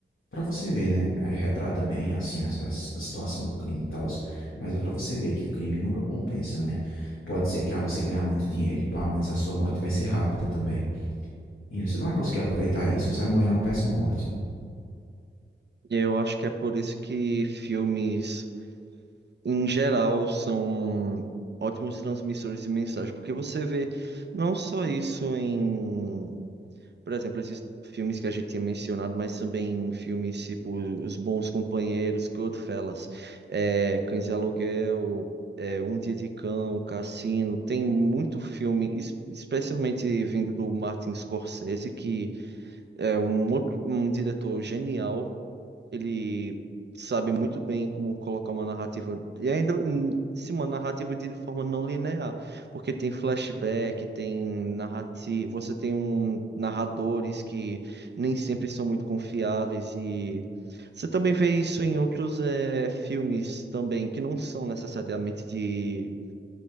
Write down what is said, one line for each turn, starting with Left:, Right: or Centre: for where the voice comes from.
Left: pra você ver, né? Aí Retrata bem assim a, a- a situação do crime e tal, mas é pra você ver que o crime nunca compensa, né? Pode ser que ah, você ganhar muito dinheiro e pá, mas a sua morte vai ser rápida também. E você não vai conseguir aproveitar isso, você vai morrer uma péssima morte, né?
Right: E eu acho que é por isso que filmes, em geral, são ótimos transmissores de mensagem, porque você vê não só isso em Por exemplo, esses filmes que a gente tinha mencionado, mas também filmes tipo Os Bons Companheiros, Goodfellas, é, Cães de Aluguel, é, Um Dia de Cão, Cassino. Tem muito filme, es- especialmente vindo do Martin Scorsese, que é um, outro- um diretor genial ele sabe muito bem como colocar uma narrativa. E ainda, hum, sim, uma narrativa de forma não linear. Porque tem flashback, tem narrativa. Você tem um, narradores que nem sempre são muito confiáveis. E você também vê isso em outros eh, filmes também, que não são necessariamente de,